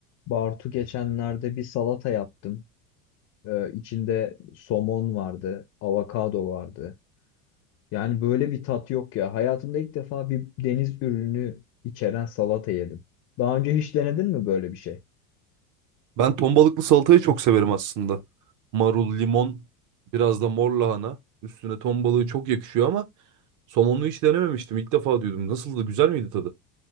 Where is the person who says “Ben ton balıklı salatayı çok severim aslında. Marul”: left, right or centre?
Right